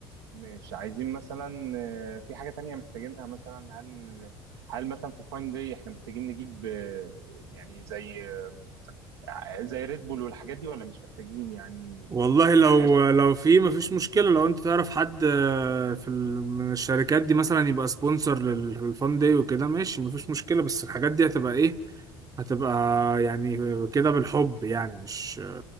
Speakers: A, on the right (about 80°); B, on the right (about 30°).
A: مش عايزين مثلا آه، في حاجة تانية محتاجينها مثلا هل هل مثلا في الفاين دي احنا محتاجين نجيب آه، يعني زي آه، زي ريد بول والحاجات دي ولا مش محتاجين يعني
B: والله لو
A: كحاجات
B: لو في مفيش مشكلة لو انت تعرف حد آه، في ال- من الشركات دي مثلا يبقى سبونسر للفان داي وكده ماشي مفيش مشكلة بس الحاجات دي هتبقى ايه هتبقى يعني كده بالحب يعني مش